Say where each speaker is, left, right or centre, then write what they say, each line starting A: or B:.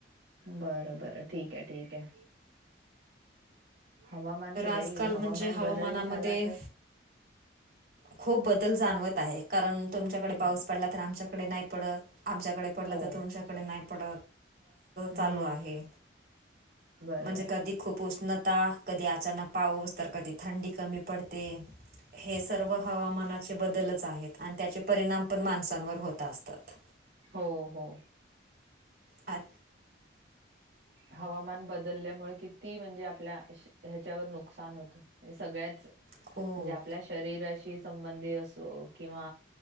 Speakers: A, on the right; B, on the right.
A: बर बर ठीक आहे ठीक आहे. हवामान तर भाई
B: आजकाल
A: हवामान
B: म्हणजे हवामानामध्ये
A: बदल झाला तर
B: खूप बदल जाणवत आहे कारण तुमच्याकडे पाऊस
A: हो
B: पडला तर आमच्याकडे नाही पडत आमच्याकडे तर
A: हो.
B: तुमच्याडे नाही पत
A: हम्म
B: चालू आहे,
A: बरोबर
B: म्हणजे कधी खूप उष्णता, कधी अचानक पाऊस तर, कधी थंडी कमी पडते. हे सर्व हवामानाचे बदलच आहेत, आणि त्याचे परिणाम पण माणसांवर होत असतात.
A: हो हो.
B: हा
A: हवामान बदलल्यामुळे कि म्हणजे आपल्या, ह्याच्यावर नुकसान होत, सगळयाच,
B: खूप
A: म्हणजे आपल्या शरीराशी संबंधी असो, किंवा